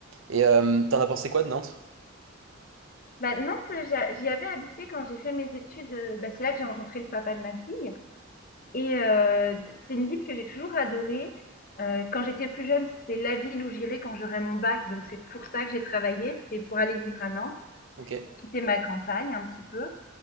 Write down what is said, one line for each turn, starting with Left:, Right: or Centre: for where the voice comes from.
Right: Et euh, t'en as pensé quoi de Nantes?
Left: Bah, Nantes, j'a- j'y avais habité quand j'ai fait mes études. euh, Bah, c'est là que j'ai rencontré le papa de ma fille. Et euh, c'est une ville que j'ai toujours adorée. Euh, quand j'étais plus jeune, c'était la ville où j'irais quand j'aurais mon bac. Donc c'est pour ça que j'ai travaillé. C'était pour aller vivre à Nantes,
Right: Ok.
Left: quitter ma campagne un petit peu.